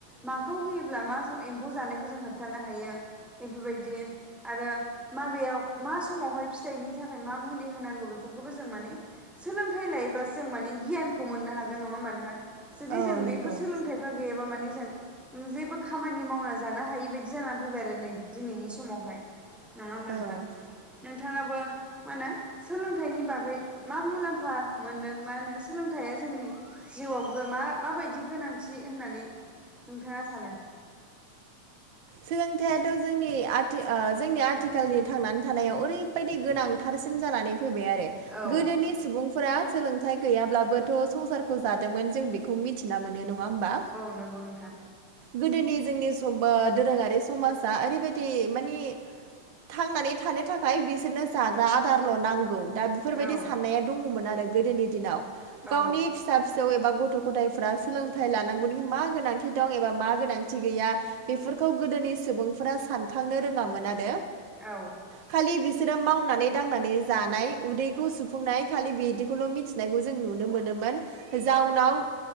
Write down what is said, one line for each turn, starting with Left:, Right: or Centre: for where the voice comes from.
Centre: माखौ होयोब्ला मा एम्फौ जानायखौ जों होबथानो हायो बेफोरबायदि आरो माबेयाव मा समावहाय फिथाइनि थाखाय मा मुलि होनांगौ बेफोरखौबो जों माने सोलोंथाइ लायोब्लासो जों माने गियानखौ मोननो हागोन नङा मानोंथां जुदि
Right: औ
Centre: जों
Right: नंगौ
Centre: बेफोर सोलोंथाइ गैयाबा माने जों जेबो खामानि मावना जानो हायि बायदि जानानै फैबाय आरो नै दिनैनि समावहाय नङा होनबा
Right: औ
Centre: नोंथां नोंथाङाबो मा होनो सोलोंथाइनि बागै मा मुलाम्फा मोनदों मा होनो सोलोंथाइया जोंनि जिउआव मा माबायदि गोनांथि होननानै नोंथाङा सानो
Right: सोलोंथाइाथ' जोंनि आथि जोंनि आथिखालनि थांनानै थानायाव ओरैबायदि गोनां थारसिन जानानै फैबाय आरो
Centre: औ
Right: गोदोनि सुबुंफोरा सोलोंथाइ गैयाब्लाबोथ' संसारखौ जादोंमोन जों बेखौ मिथि फथिना मोनो नङा होमबा
Centre: न नोंगौ नोंथां
Right: गोदोनि जोंनि <unintelligible> दोरोङारि समाजा ओरैबायदि माने थांनानै थानो थाखाय बिसोरनो जाग्रा आदारल' नांगौ दा बेफोरबायदि
Centre: औ
Right: साननाया दङमोन आरो गोदोनि दिनाव
Centre: औ
Right: गावनि फिसा फिसौ एबा गथ' गथायफ्रा सोलोंथाइ लानांगौनि मा गोनांथि दं एबा मा गोनांथि गैया बेफोरखौ गोदोनि सुबुंफोरा सानखांनो रोङामोन आरो
Centre: औ
Right: खालि बिसोरो मावनानै दांनानै जानाय उदैखौ सुफुंनाय खालि बिदिखौल' मिथि नाय जों नुनो मोनोमोन जाउनाव